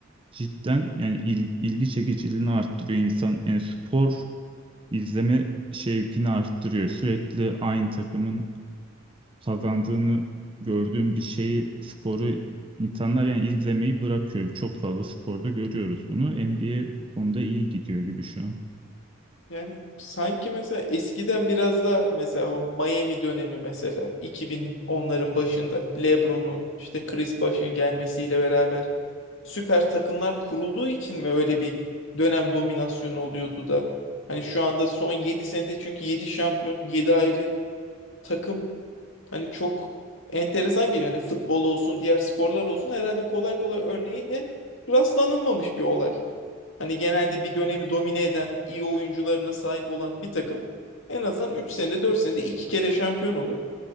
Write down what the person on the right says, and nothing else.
cidden yani il- ilgi çekiciliğini arttırıyor insan yani spor izleme şevkini arttırıyor. Sürekli aynı takımın kazandığını gördüğüm bir şeyi, sporu insanlar yani izlemeyi bırakıyor. Çok fazla sporda görüyoruz bunu. NBA konuda iyi gidiyor gibi şu an.